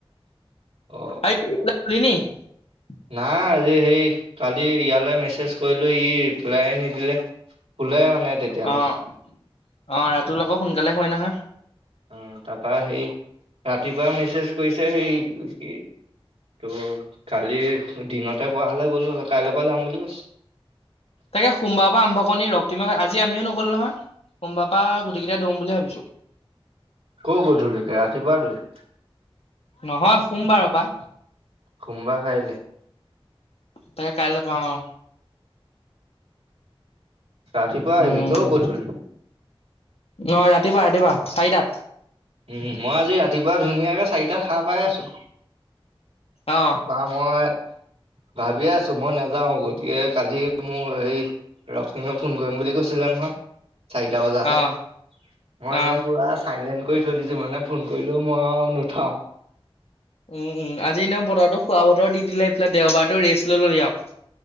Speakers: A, on the left; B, on the right.
A: <unintelligible>
B: অ নাই আজি সেই কালি ইয়ালে মেছেজ কৰিলোঁ, ই ৰিপ্লাইয়ে নিদিলে। শুলে মানে তেতিয়ালে।
A: অ অ', ৰাতুল আকৌ সোনকালে শুৱে নহয়।
B: অ', তাৰপা সেই ৰাতিপুৱা মেছেজ কৰিছে, সেই কি- ত' কালি দিনতে কোৱা হ'লে গ'লো হয়, কাইলৈৰ পৰা যাম বুলি কৈছোঁ।
A: তাকে, সোমবাৰৰ পৰা আৰম্ভ কৰোঁ নি, ৰক্তিম আজি আমিও নগলোঁ নহয়। সোমবাৰৰ পৰা গোটেইকেইটাই দৌৰো বুলি ভাবিছোঁ।
B: ক'ৰ গধূলিকে, ৰাতিপুৱা দৌৰিম।
A: নহয়, সোমবাৰৰ পা।
B: সোমবাৰ কাইলে।
A: তাকে, কাইলেপা অ'।
B: ৰাতিপুৱা
A: উম
B: আহিবি, ক'ৰ গধূলি।
A: অ ৰাতিপুৱা ৰাতিপুৱা চাৰিটাত
B: উম, মই আজি ৰাতিপুৱা ধুনীয়াকে চাৰিটাত সাৰ পাই আছোঁ,
A: অ
B: তাৰপা মই ভাবিয়ে আছোঁ মই নাযাওঁ, গতিকে কালি মোৰ হেই ৰক্তিমে ফোন কৰিম বুলি কৈছিলে নহয়। চাৰিটা বজাতে,
A: অ
B: মই
A: অ
B: একদম পুৰা চাইলেণ্ট কৰি থৈ দিছোঁ মানে ফোন কৰিলেও মই আৰু নুঠাও।
A: উম উম আজি এনেও বতৰতো শুৱা বতৰ দি দিলে এইফালে দেওবাৰতো ৰেষ্ট ললো দিয়ক।